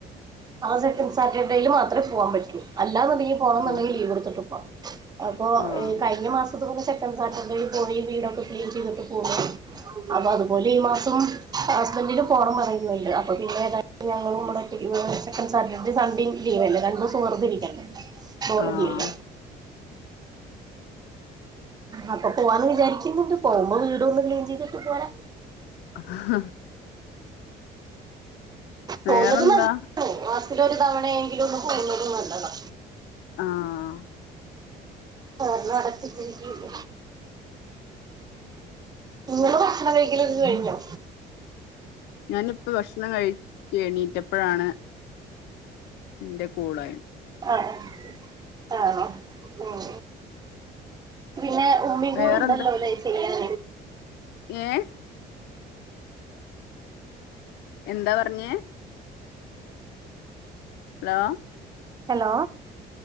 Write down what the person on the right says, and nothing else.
ആഹ് സെക്കൻ് സാറ്റർഡേയിയില് മാത്രമേ പോവാൻ പറ്റുള്ളൂ അല്ലാ എന്നുണ്ടെങ്കിൽ പോകണം എന്നുണ്ടെങ്കിൽ
ലീവ് എടുത്തിട്ട് പോകണം അപ്പൊ
കഴിഞ്ഞ മാസം പോലെ സെക്കൻഡ് സാറ്റർഡേയിൽ പോയി വീടൊക്കെ ക്ലീൻ ചെയ്തിട്ട് പോ അപ്പൊ അതുപോലെ ഈ മാസം ഹസ്ബന്ഡില് പോണം പറയുന്നുണ്ട് അപ്പൊ പിന്നെ ത എല്ലാം കൂടി ഒറ്റക്ക് സെക്കന്റ്‌ സാറ്റർഡേ സണ്ടേയും ലീവല്ല രണ്ട് ദിവസം വറതെ ഇരിക്കണ്ടെ ബോർ
അടി അല്ല അപ്പൊ പോവാന്ന് വിചാരിക്കുന്നുണ്ട് പോകുമ്പോ വീട് ഒന്ന് ക്ലീൻ ചെയ്തിട്ട് പോര
തോന്നത്
മാസത്തിലൊരു തവണയെങ്കിലും ഒന്ന് പോയി വരുന്നത് നല്ലത
കാരണം അടച്ചിട്ടിരിക്കല്ല നിങ്ങൾ ഭക്ഷണം കഴക്കല ഒക്കെ കഴിഞ്ഞൊ
ആഹ് ആഹ് ഉം പിന്നെ ഉമ്മീ
കൂടെ ഉണ്ടല്ലോ അല്ലെ ചെയ്യാൻ
ഹലോ